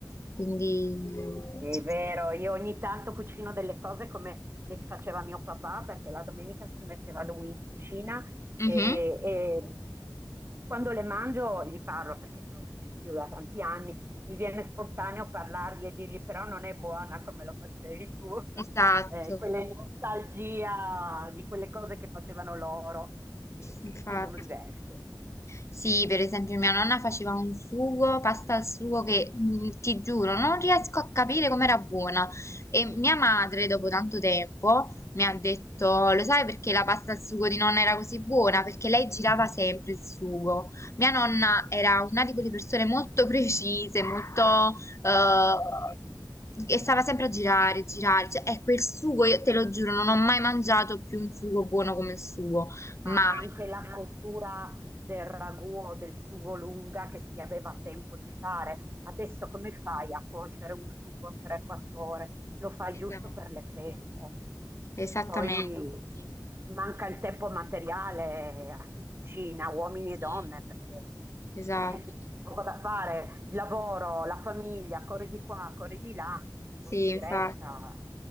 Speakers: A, on the left; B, on the right.
A: Quindi,
B: È
A: sì.
B: vero, io ogni tanto cucino delle cose come le faceva mio papà, perché la domenica si metteva lui in cucina
A: Mhm.
B: e, e quando le mangio gli parlo, perché lui non c'è più da tanti anni, mi viene spontaneo parlargli e dirgli però non è buona come lo facevi tu, <laughs>
A: Esatto,
B: Eh, quella nostalgia di quelle cose che facevano loro, che,
A: infatti.
B: che sono diverse.
A: Sì, per esempio mia nonna faceva un sugo, pasta al sugo che mh, ti giuro, non riesco a capire com'era buona. E mia madre, dopo tanto tempo, mi ha detto, lo sai perché la pasta al sugo di nonna era così buona? Perché lei girava sempre il sugo. Mia nonna era una di quelle persone molto <laughs> precise, molto... eh, e stava sempre a girare, girare. Cioè, ecco, il sugo, io te lo giuro, non ho mai mangiato più un sugo buono come il suo.
B: ma
A: Mai.
B: anche la cottura del ragù o del sugo lunga che si aveva tempo di fare. Adesso come fai a cuocere un sugo 3-4 ore? Lo fai
A: Esatto.
B: giusto per le feste.
A: Esattamente,
B: Poi
A: sì,
B: manca il tempo materiale a chi cucina, uomini
A: sì,
B: e donne, perché
A: esatto,
B: eh, <laughs> c'è poco da fare, il lavoro, la famiglia, corri di qua, corri di là, non
A: sì,
B: ti
A: infatti.
B: resta